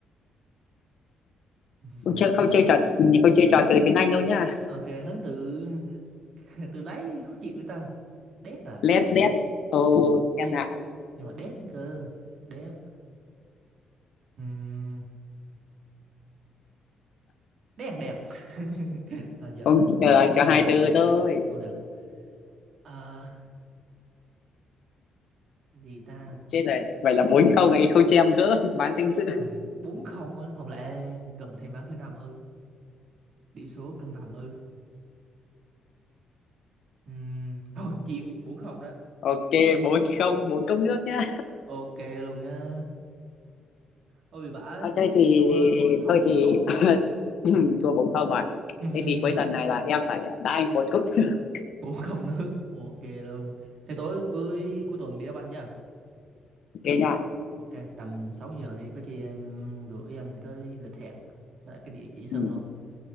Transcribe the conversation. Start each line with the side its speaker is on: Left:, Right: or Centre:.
Right: <laughs>
Left: không chơi
Right: mà
Left: không
Right: hắn
Left: chơi trò
Right: hắn
Left: không chơi trò từ tiếng Anh đâu nhá
Right: ok hắn tự <laughs> tự lấy khó chịu người ta đét
Left: <laughs>
Right: à
Left: lép đét ô
Right: đét đét
Left: xem nào
Right: nhưng mà đét cơ đét Ừm, đét thằng đẹt <laughs> thôi giỡn
Left: không
Right: thôi
Left: ờ, có
Right: không
Left: hai
Right: được
Left: từ
Right: không được
Left: thôi
Right: không được à, gì ta
Left: chết rồi vậy là bốn không ấy không cho em gỡ bán danh
Right: bốn
Left: dự
Right: ui, bốn không á không lẽ cần thêm ván thứ năm ư Điểm số cân bằng ư. Ừm, thôi chịu 4-0 đó.
Left: ok bốn không bốn cốc nước nhá
Right: Ok luôn á. Ôi vãi.
Left: Ờ, thế thì
Right: Thua thua xong
Left: thôi
Right: bốn
Left: thì
Right: không ạ.
Left: <laughs> thua bốn không rồi
Right: <laughs>
Left: thế thì cuối tuần này là em phải đá anh một cốc <laughs>
Right: bốn không nữa. Ok luôn. Thế tối cuối cuối tuần đi đá banh nha.
Left: ok nha
Right: Ok, tầm 6 giờ đi có chi em gửi anh cái lịch hẹn với lại cái địa chỉ sân
Left: ừ,
Right: luôn.